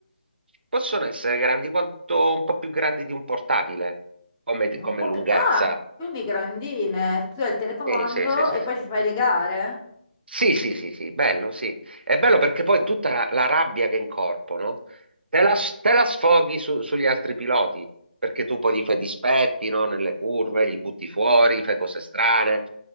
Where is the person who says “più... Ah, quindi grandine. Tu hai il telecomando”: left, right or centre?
Left